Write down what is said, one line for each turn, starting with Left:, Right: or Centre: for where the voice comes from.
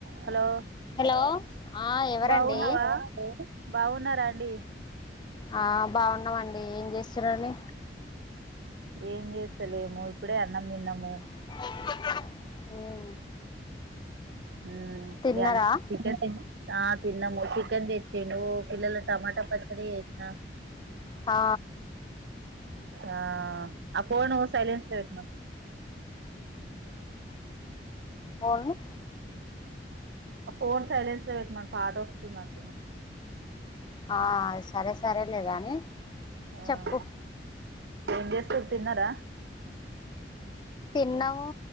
Right: hello
Left: hello ఆ ఎవరండి
Right: బాగున్నావా బాగున్నారా అండి
Left: ఆ బాగున్నామండి ఏం చేస్తునర్రు అండి
Right: ఏం చేస్తలేము ఇప్పుడే అన్నం తిన్నాము
Left: ఊ <unintelligible>
Right: హూ
Left: తిన్నరా
Right: మీ అంద చికెన్ పే ఆ తిన్నామ్ము చికెన్ తెచ్చిండు పిల్లల టమాటా పచ్చడి చేసిన
Left: ఆ
Right: ఆ ఆ పోను సైలెన్స్ లో పేటన
Left: పోను
Right: ఫోన్ సైలెన్స్ లో పెట్టమను పాట వస్తుంది అంటున్నా
Left: ఆ సరే సరే లే గాని
Right: ఆ
Left: చెప్పు
Right: ఏం చేస్తుర్రు తిన్నరా
Left: తిన్నాము